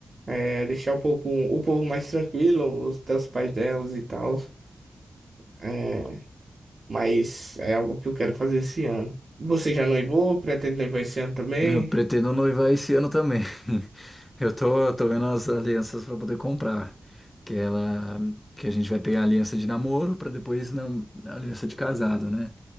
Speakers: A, on the right; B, on the left.
A: é, deixar um pouco o povo mais tranquilo, os, até os pais delas e tal. É, mas é algo que eu quero fazer esse ano. Você já noivou? Pretende noivar esse ano também?
B: Eu pretendo noivar esse ano também. <laughs> Eu tô, tô vendo as alianças para poder comprar. Que ela, que a gente vai pegar a aliança de namoro para depois na, a aliança de casado, né?